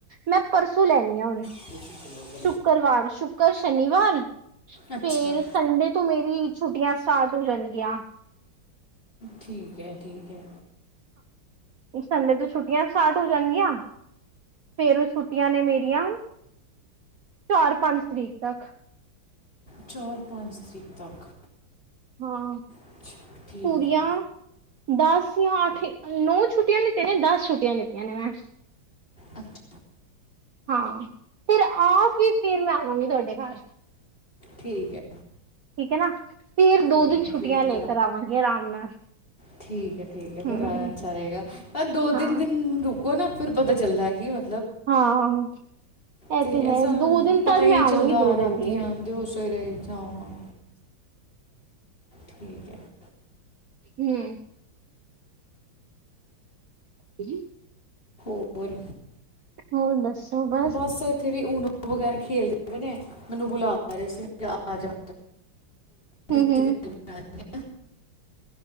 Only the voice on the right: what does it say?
ਮੈਂ ਪਰਸੋਂ ਲੈਣੀਆ ਹੁਨ।
ਸ਼ੁੱਕਰਵਾਰ, ਸ਼ੁੱਕਰ, ਸ਼ਨੀਵਾਰ ਫੇਰ
ਸੰਡੇ ਤੋਂ ਮੇਰੀ ਛੁੱਟੀਆਂ ਸਟਾਰਟ ਹੋ ਜਾਣਗੀਆਂ‌।
ਸੰਡੇ ਤੋਂ ਛੁੱਟੀਆਂ ਸਟਾਰਟ ਹੋ ਜਾਣਗੀਆਂ। ਫੇਰ ਉਹ ਛੁੱਟੀਆਂ ਨੇ ਮੇਰੀਆਂ ਚਾਰ-ਪੰਜ ਤਰੀਕ ਤੱਕ।
ਹਾਂ
ਪੂਰੀਆ
ਦਸ ਯਾ ਅੱਠ, ਨੌ ਛੁੱਟੀਆਂ ਲਿੱਤੀਆਂ ਨੇ ਦਸ ਛੁੱਟੀਆਂ ਲਿਤੀਆਂ ਨੇ ਮੈਂ।
ਹਾਂ ਫੇਰ ਆ ਕੇ ਫੇਰ ਮੈਂ ਆਵਾਂਗੀ ਤੁਹਾਡੇ ਘਰ।
ਠੀਕ ਏ ਨਾ। ਫੇਰ ਦੋ
ਦਿਨ
ਛੁੱਟੀਆਂ
ਲੇਕਰ ਆਵਾਂਗੇ ਅਰਾਮ ਨਾਲ।
ਹੂੰ
ਹਾਂ।
ਹਾਂ। ਇਹ
ਹੈ
ਦੋ ਦਿਨ
ਤਦ
ਮੈਂ
ਆਵਾਂਗੀ
ਦੋ
ਦਿਨ ਦੀ ਹੈ
ਹੂਂ। <unintelligible> ‌।
ਹੋਰ ਦੱਸੋ ਬ
ਹੂੰ
ਹੂੰ।